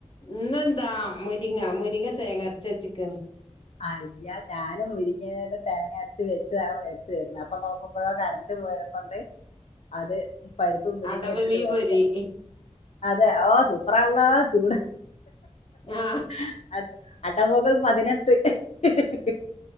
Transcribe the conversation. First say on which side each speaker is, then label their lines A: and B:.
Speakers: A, on the left; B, on the left.
A: ഇന്നെന്താ മുരിങ്ങ മുരിങ്ങ തേങ്ങ അരച്ച് വെച്ച്ക്കണ്
B: അല്ല ഞാനും മുരിങ്ങിയ തേങ്ങ അരച്ച് <unintelligible> <unintelligible> അപ്പൊ നോക്കുമ്പ കരണ്ട് പോയേനക്കൊണ്ട് അത് പരിപ്പും മുരിങ്ങ
A: അടവ്
B: ഇട്ടിട്ട്
A: മീൻ
B: വെറ്തെ
A: പൊരി
B: അതെ ഓ സൂപ്പറാണല്ലോ ചൂട്
A: <inaudible> ആ
B: <unintelligible> അടവുകൾ പതിനെട്ട്. ഹ ഹ <unintelligible>